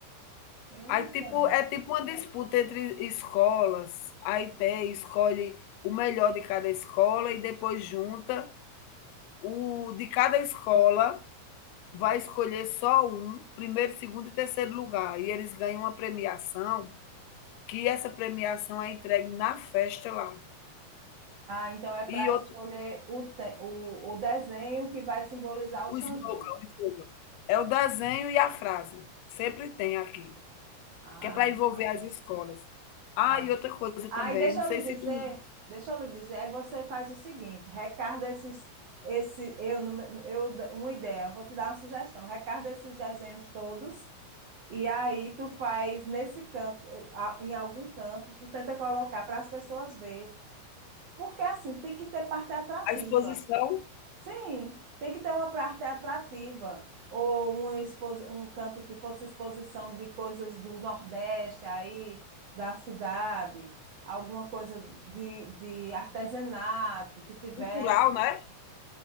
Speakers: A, on the right; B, on the left.
A: Eita!
B: Aí tipo é tipo uma disputa entre escolas. Aí tem, escolhe o melhor de cada escola e depois junta o de cada escola vai escolher só um, primeiro, segundo e terceiro lugar. E eles ganham uma premiação, que essa premiação é entregue na festa lá.
A: Ah, então é para
B: E outro,
A: escolher o, te... o, o desenho que vai simbolizar o
B: o
A: São
B: slogan,
A: João.
B: o slogan. É o desenho e a frase. Sempre tem aqui,
A: Ah,
B: que é para envolver
A: massa,
B: as escolas. Ah,
A: passa.
B: e outra coisa
A: Aí
B: também,
A: deixa
B: não sei
A: eu lhe
B: se
A: dizer,
B: tu,
A: deixa eu lhe dizer, aí você faz o seguinte, recarda esses, esse, eu, não eu, uma ideia, eu vou te dar uma sugestão, recarda esses desenhos todos, e aí tu faz nesse canto, a- em algum canto, tu tenta colocar para as pessoas verem, Porque assim, tem que ter parte atrativa.
B: a exposição
A: Sim, tem que ter uma parte atrativa. Ou uma exposi- um canto que fosse exposição de coisas do Nordeste aí, da cidade, alguma coisa de, de artesanato que tivesse.
B: cultural, né?